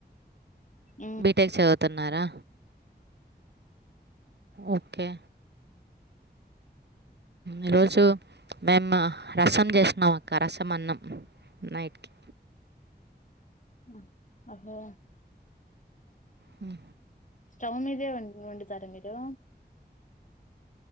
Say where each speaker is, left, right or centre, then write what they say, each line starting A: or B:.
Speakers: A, on the left; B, on the right.
A: ఉమ్
B: బీ టెక్ చదువుతున్నారా ఓకే ఈరోజు మేమ్మా రసం చేసినాం అక్క రసం అన్నం నైట్ కి
A: ఆ అట్లే
B: ఉ
A: స్టవ్ మీదే వండు వండుతారా మీరు